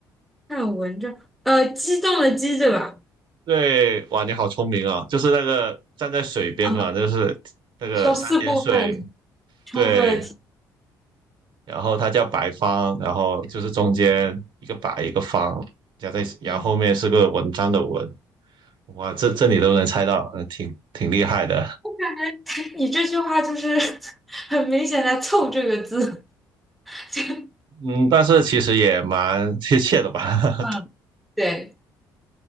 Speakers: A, in the centre; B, on the right (about 60°).
A: 看文章，呃，激动的激，对吧？
B: 对，哇，你好聪明啊！就是那个站在水边嘛，
A: 啊，
B: 就是那个三点水，
A: 需要四部分，充分了题。
B: 对，然后它叫白方，然后就是中间一个白一个方，加在，然后后面是个文章的文，
A: 嗯，
B: 哇，这这你都能猜到，呃挺挺厉害的，
A: <laughs> 你这句话就是 <laughs> 很明显在凑这个字。<laughs>
B: 嗯，但是其实也蛮贴切的吧？<laughs>
A: 嗯，对，